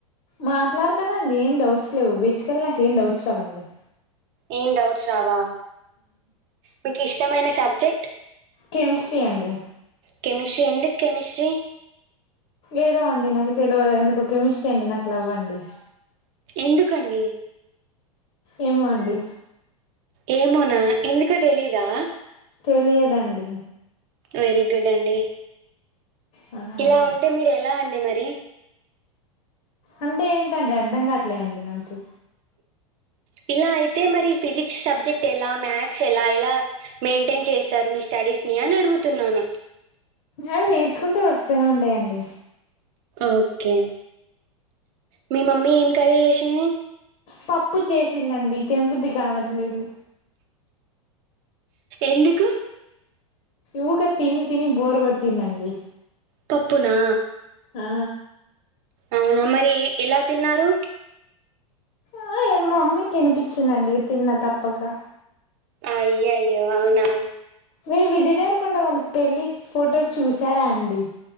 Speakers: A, on the left; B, on the right.
A: మాట్లాడుతానండి ఏం డౌట్స్ లేవు బేసికల్ నాకు ఏం డౌట్స్ రావండి
B: ఏం డౌట్స్ రావా మీకు ఇష్టమైన సా చెట్
A: కెమిస్ట్రీ అండి
B: కెమిస్ట్రీ ఎందు కెమిస్ట్రీ
A: ఏదో అండి నాకు తెలియదు ఎందుకో కెమిస్ట్రీ అండి నాకు లవ్వండి
B: ఎందుకండి
A: ఏమో అండి
B: ఏమోనా ఎందుకు తెలీదా
A: తెలియదండి
B: వెరీ గుడ్ అండి
A: అవునా అండి
B: ఇలా ఉంటే మీరు ఎలా అంట మరి
A: అంటే ఏంటండి అర్థం కాట్లేండి నాంచి
B: ఇలా అయితే మరి ఫిజిక్స్ సబ్జెక్ట్ ఎలా మ్యాథ్స్ ఎలా ఎలా మెయింటైన్ చేస్తారు మీ స్టడీస్ ని అని అడుగుతున్నాను
A: అది నేర్చుకుంటే వస్తనే ఉంటయండి.
B: ఓకే మీ మమ్మీ ఏం కర్రీ చేసింది.
A: పప్పు చేసిందండి తినబుద్ది కావట్లేదు.
B: ఎందుకు?
A: ఊకే తిని తిని బోర్ కొట్టింది అండి.
B: పప్పునా
A: ఆ
B: అవునా మరి ఎ ఎలా తిన్నారు.
A: ఆ ఏ మమ్మీ తినిపించిందండి తిన్నా తప్పకా.
B: అయ్యోయ్యో అవునా.
A: మీరు విజయ్ దేవరకొండ వాళ్ళ పెళ్ళి ఫోటో చూసారా అండి.